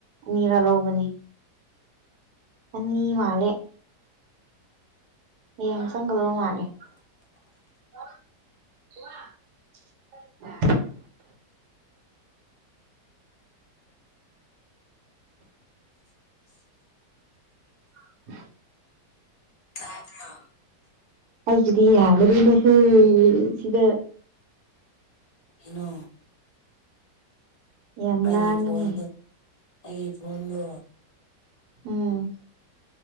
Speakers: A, on the right; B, on the left.
A: ꯑꯅꯤꯔꯥ ꯂꯧꯕꯅꯦ ꯑꯅꯤ ꯃꯥꯜꯂꯦ ꯍꯌꯦꯡ ꯆꯪꯒꯗꯕ ꯃꯥꯜꯂꯦ <unintelligible> <unintelligible>
B: ꯇꯥꯕ꯭ꯔꯣ
A: ꯑꯩꯒꯤꯗꯤ ꯌꯥꯒꯗꯦꯅꯦꯍꯦ ꯁꯤꯗꯥ
B: ꯅꯣ
A: ꯌꯥꯝ
B: ꯑꯩꯒꯤ
A: ꯂꯥꯡꯉꯤꯅꯦ
B: ꯐꯣꯟꯗꯣ ꯑꯩꯒꯤ ꯐꯣꯟꯗꯣ
A: ꯎꯝ